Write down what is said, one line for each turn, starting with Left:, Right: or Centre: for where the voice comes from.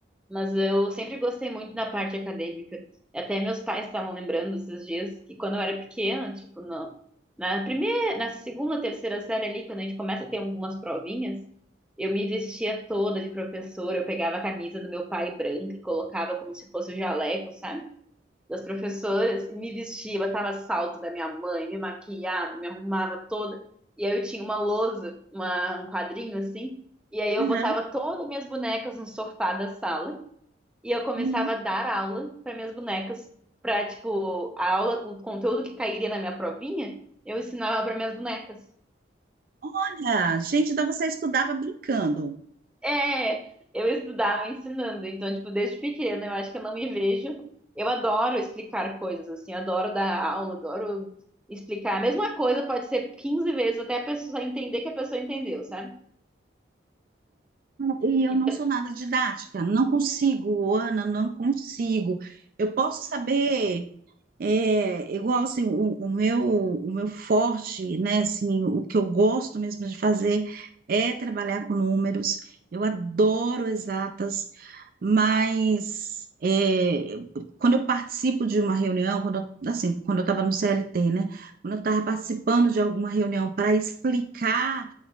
Centre: Mas eu sempre gostei muito da parte acadêmica. Até meus pais estavam lembrando esses dias que quando eu era pequena, tipo, no, na primeira, na segunda, terceira série ali, quando a gente começa a ter algumas provinhas, eu me vestia toda de professora, eu pegava a camisa do meu pai branca e colocava como se fosse o jaleco, sabe? Das professoras, e me vestia, botava salto da minha mãe, me maquiava, me arrumava toda. E aí eu tinha uma lousa, uma, um quadrinho assim, e aí eu
Right: Aham.
Centre: botava todas as minhas bonecas no sofá da sala. E eu começava
Right: Uhum.
Centre: a dar aula para minhas bonecas, para tipo, a aula, o conteúdo que cairia na minha provinha, eu ensinava para minhas bonecas.
Right: Olha, gente, então você estudava brincando.
Centre: É, eu estudava ensinando, então tipo, desde pequena, eu acho que eu não me vejo. Eu adoro explicar coisas assim, adoro dar aula, adoro explicar. A mesma coisa pode ser 15 vezes até a pessoa entender que a pessoa entendeu, sabe?
Right: E eu
Centre: E,
Right: não sou nada didática, não consigo, Ana, não consigo. Eu posso saber É igual assim, o, o meu o meu forte, né, assim, o que eu gosto mesmo de fazer é trabalhar com números. Eu adoro exatas, mas é, quando eu participo de uma reunião, quando eu- assim, quando eu estava no CLT, né, quando eu estava participando de alguma reunião para explicar,